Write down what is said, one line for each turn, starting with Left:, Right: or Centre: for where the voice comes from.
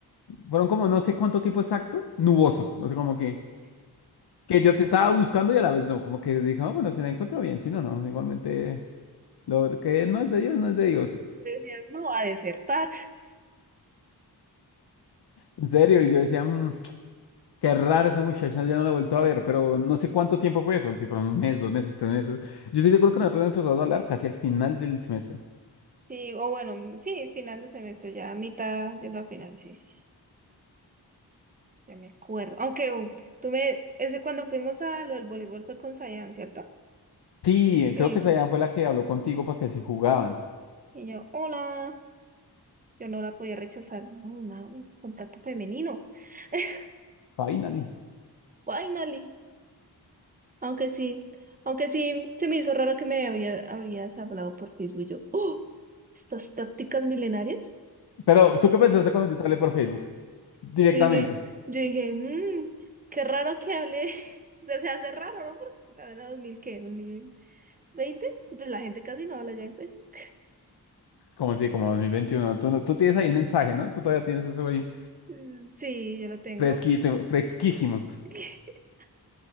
Left: fueron como no sé cuánto tiempo exacto, nubosos. O sea, como que, que yo te estaba buscando y a la vez no, como que dije, "Ah, bueno, si la encuentro bien, si no, no, igualmente lo que no es de Dios, no es de Dios.
Right: <laughs> Decías, no, a desertar.
Left: En serio, y yo decía, "Mm, qué raro esa muchacha, ya no la he vuelto a ver, pero no sé cuánto tiempo fue eso, si fueron un mes, dos meses, tres meses. Yo estoy seguro que nosotros empezamos a hablar casi al final del semestre.
Right: Sí, o bueno, mm, sí, final de semestre, ya a mitad, yendo a final, sí, sí, sí, ya me acuerdo. Aunque uh, tú me, ese cuando fuimos a lo del voleibol fue con Sayan, ¿cierto?
Left: Sí,
Right: Sí,
Left: creo que
Right: sí,
Left: esa ya
Right: sí.
Left: fue la que habló contigo para que si jugaban.
Right: Y yo, hola, yo no la podía rechazar. No, una- un contacto femenino. <laughs>
Left: Finally.
Right: Finally. Aunque sí, aunque sí, se me hizo raro que me había, habrías hablado por Facebook. Yo, ¡oh! Estas tácticas milenarias.
Left: Pero, ¿tú qué pensaste cuando yo te hablé por Facebook? Directamente.
Right: Yo dije, yo dije, mmm, qué raro que hable. <laughs> O sea, se hace raro, ¿no? Porque la verdad, ¿2000 ¿qué? Dos mil veinte, Pues la gente casi no habla ya en Facebook.
Left: Como así, como 2021. Tú, no- tú tienes ahí el mensaje, ¿no? Tú todavía tienes eso ahí
Right: Mm, Sí, yo lo tengo.
Left: fresquito, fresquísimo.
Right: <laughs>